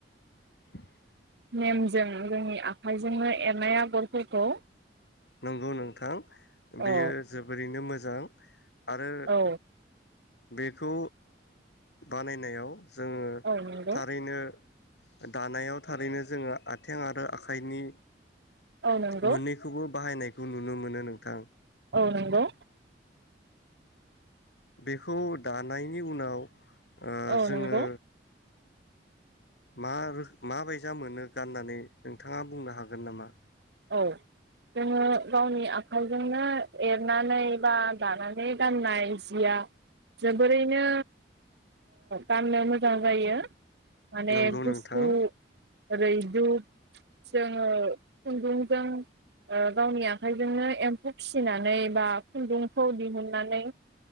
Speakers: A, on the left; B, on the right.
A: <inaudible>
B: नेमजों जोंनि आखाइजोंनो एरनाय आगरफोरखौ
A: नंगौ नोंथां बेयो
B: औ
A: जोबोरैनो मोजा जां आरो
B: औ
A: बेखौ बानायनायाव जोङो
B: औ नंगौ
A: थारैनो दानायाव थारैनो जोङो आथें आरो आखाइनि
B: औ नंगौ
A: मोननैखौबो बाहायनायखौ नुनो मोनो नोंथां
B: औ नंगौ
A: बेखौ दानायनि उनाव
B: औ
A: जोङो
B: नंगौ
A: मा रोख मा बायसा मोनो गाननानै नोंथाङा बुंनो हागोन नामा
B: औ जोङो गावनि आखाइजोंनो एरनानै बा दानानै गाननाय जिया जोबोरैनो गाननो मोजां जायो माने
A: नंगौ
B: गुसु
A: नोंथां
B: रैदुब जोङो खुन्दुंजों गावनि आखाइजोंनो एम्फौ फिसिनानै बा खुन्दुंखौ दिहुननानै